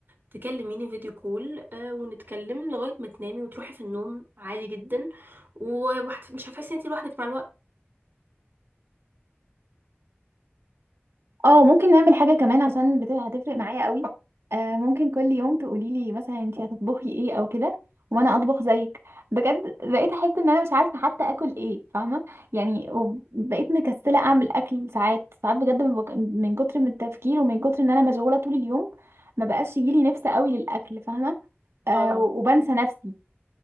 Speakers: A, on the right; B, on the right.
A: تكلميني فيديو كول آه، ونتكلم لغاية ما تنامي وتروحي في النوم عادي جدا ومش هتحسي ان انت لوحدك مع الوقت
B: اه ممكن نعمل حاجة كمان عشان بت- هتفرق معايا قوي آه ممكن كل يوم تقولي لي مثلا انتي هتطبخي ايه او كده وانا اطبخ زيك بجد بقيت احس ان انا مش عارفة حتى اكل ايه فاهمة يعني وبقيت مكسلة اعمل اكل ساعات ساعات بجد من, بك... من كتر من التفكير ومن كتر ان انا مشغولة طول اليوم ما بقاش يجيلي نفس قوي للاكل فاهمة آه
A: اه
B: وبنسى نفسي